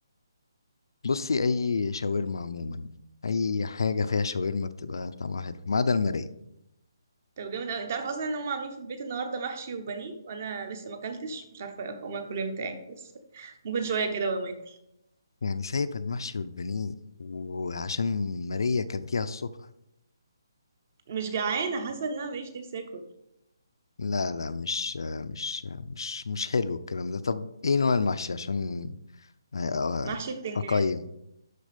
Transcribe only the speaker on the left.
<laughs> بصي اي شاورما عموما اي حاجه فيها شاورما بتبقى طعمها حلو ما عدا الماريه
يعني سايبه المحشي والبانيه وعشان ماريه كانت فيها الصبح
لا لا مش مش مش مش حلو الكلام ده طب ايه نوع المحشي عشان أ- أ-
اقيم